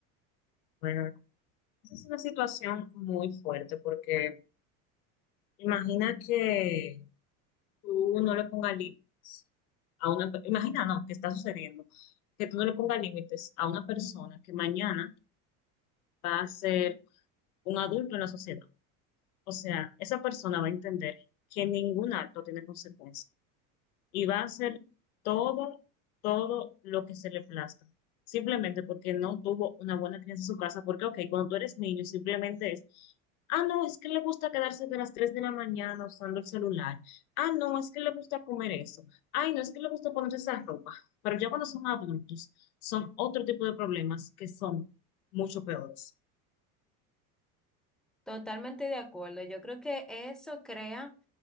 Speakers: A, on the left; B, in the centre.
A: Bueno, esa es una situación muy fuerte porque imagina que tú no le pongas límites a una... per- Imagina, no, que está sucediendo, que tú no le pongas límites a una persona que mañana va a ser un adulto en la sociedad. O sea, esa persona va a entender que ningún acto tiene consecuencias. y va a hacer todo, todo lo que se le plazca. Simplemente porque no tuvo una buena crianza en su casa. Porque, ok, cuando tú eres niño, simplemente es, ah, no, es que le gusta quedarse de las 3 de la mañana usando el celular. Ah, no, es que le gusta comer eso. Ay, no, es que le gusta poner esa ropa. Pero ya cuando son adultos, son otro tipo de problemas que son mucho peores.
B: Totalmente de acuerdo. Yo creo que eso crea